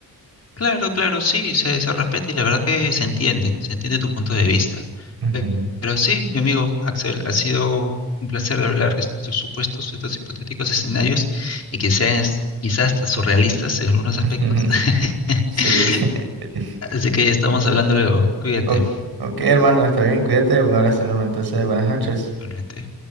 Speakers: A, on the left; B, on the right.
A: Claro, claro, sí, se, se respeta y la verdad que se entiende, se entiende tu punto de vista.
B: Ujú.
A: Pe- Pero sí, mi amigo Axel, ha sido un placer hablar de estos supuestos, estos hipotéticos escenarios y que sean es- quizás hasta surrealistas en algunos aspectos.
B: <laughs> Sí.
A: <laughs>
B: <laughs>
A: Así que ya estamos hablando luego. Cuídate,
B: O- ok, hermano, está bien, cuídate, un abrazo enorme. Entonces, buenas noches.
A: igualmente.